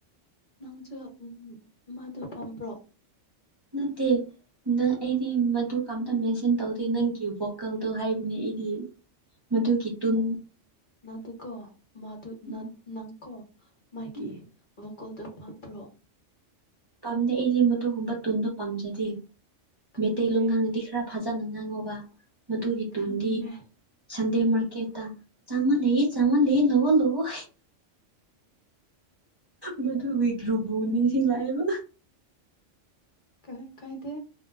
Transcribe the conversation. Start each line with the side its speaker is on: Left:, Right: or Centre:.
Left: ꯅꯪꯁꯨ ꯎꯝ ꯃꯥꯗꯨ ꯄꯥꯝꯕ꯭ꯔꯣ
Right: ꯅꯠꯇꯦ ꯅ ꯑꯩꯗꯤ ꯃꯗꯨ ꯀꯝꯇ ꯃꯦꯟꯁꯟ ꯇꯧꯗꯦ ꯅꯪꯒꯤ ꯚꯣꯀꯜꯗꯣ ꯍꯥꯏꯕꯅꯦ ꯑꯩ ꯏ ꯃꯗꯨꯒꯤ ꯇꯨꯟ
Left: ꯅꯗꯨꯀꯣ ꯃꯥꯗꯨ
Right: ꯎꯝ
Left: ꯅꯠ ꯅꯪꯀꯣ ꯃꯥꯒꯤ
Right: ꯎꯝ
Left: ꯑꯣ ꯀꯣꯜꯇ꯭ꯔ ꯄꯥꯠꯄ꯭ꯔꯣ
Right: ꯄꯥꯝꯗꯦ ꯑꯩꯗꯤ ꯃꯗꯨꯒꯨꯝꯕ ꯊꯨꯟꯗꯣ ꯄꯥꯝꯖꯗꯦ
Left: ꯈꯪꯉꯦ
Right: ꯃꯤꯇꯩꯂꯣꯟ ꯉꯥꯡꯉꯗꯤ ꯈꯔ ꯐꯖꯟꯅ ꯉꯥꯡꯉꯣꯕ ꯃꯗꯨꯒꯤ
Left: ꯈꯪꯉꯦ
Right: ꯇꯨꯟꯗꯤ ꯁꯟꯗꯦ ꯃꯥꯔꯀꯦꯠꯇ ꯆꯥꯝꯃ ꯂꯩꯌꯦ ꯆꯧꯉ ꯂꯩꯌꯦ ꯂꯧꯑꯣ ꯂꯧꯑꯣ ꯃꯗꯨꯒꯤ ꯒ꯭ꯂꯨꯕꯣ ꯅꯤꯡꯁꯤꯡꯂꯥꯛꯑꯦꯕ
Left: ꯀ ꯀ ꯀꯥꯏꯗꯦ